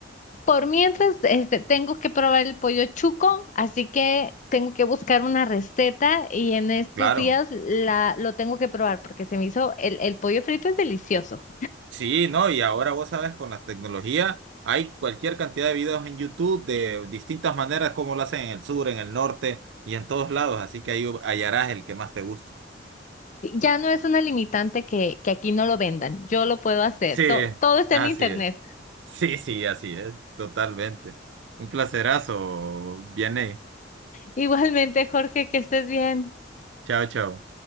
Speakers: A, on the left; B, on the right.
A: por mientras, este, tengo que probar el pollo chuco, así que tengo que buscar una receta y en estos
B: Claro.
A: días la, lo tengo que probar porque se me hizo, el, el pollo frito es delicioso.
B: Sí, no, y ahora vos sabes, con las tecnologías hay cualquier cantidad de videos en YouTube de distintas maneras como lo hacen en el sur, en el norte y en todos lados, así que ahí hallarás el que más te guste.
A: Ya no es una limitante que, que aquí no lo vendan. Yo lo puedo hacer.
B: Sí,
A: To- todo está
B: así
A: en internet.
B: es. Sí, sí, así es, totalmente. Un placerazo, Vianey.
A: Igualmente, Jorge, que estés bien.
B: Chao, chao.